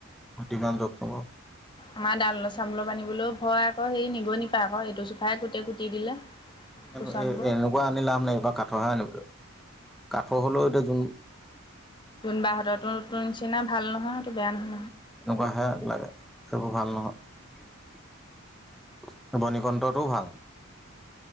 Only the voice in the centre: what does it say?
<unintelligible> লগ হ'ব।
কিন্তু
এই এনেকুৱা আনি লাভ নাই এইবাৰ কাঠৰহে আনিব লাগিব। কাঠৰ হ'লেও এতিয়া যোন
তেনেকুৱা হে লাগে সেইবোৰ ভাল নহয় বনিকন্তটোও ভাল।